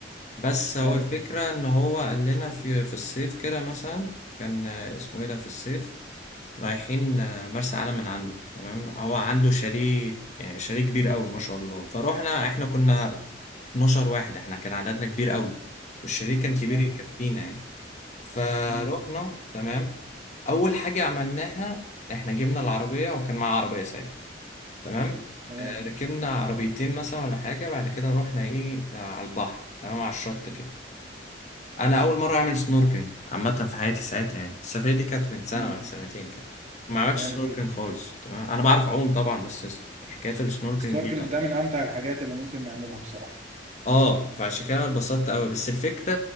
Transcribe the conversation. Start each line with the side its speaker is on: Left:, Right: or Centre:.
Left: بس هو
Right: جامد
Left: الفكرة إن هو قال لنا في في الصيف كده مثلا كان آه، اسمه إيه ده في الصيف رايحين آه، مرسى علم من عنده تمام هو عنده شاليه يعني شاليه كبير قوي ما شاء الله فروحنا إحنا كنا
Right: جدا
Left: 12 واحد إحنا كان عددنا كبير قوي والشاليه كان كبير
Right: جامد
Left: يكفينا يعني فروحنا
Right: امم
Left: تمام أول حاجة عملناها إحنا جبنا العربية وكان معاه عربية ساعتها تمام
Right: تمام
Left: آه، ركبنا عربيتين مثلا ولا حاجة بعد كده رحنا إيه آه، على البحر تمام على الشط كده انا
Right: امم
Left: اول مره اعمل سنوركلينج عامه في حياتي ساعتها يعني السفريه دي كانت من سنه
Right: امم
Left: ولا سنتين كده ما عملتش
Right: جامد
Left: سنوركلينج
Right: جدا
Left: خالص تمام انا بعرف اعوم طبعا بس حكايه السنوركلينج
Right: السنوركلينج
Left: دي لا
Right: ده من امتع الحاجات اللي ممكن نعملها بصراحه
Left: اه فعشان كده انا اتبسطت قوي بس الفكره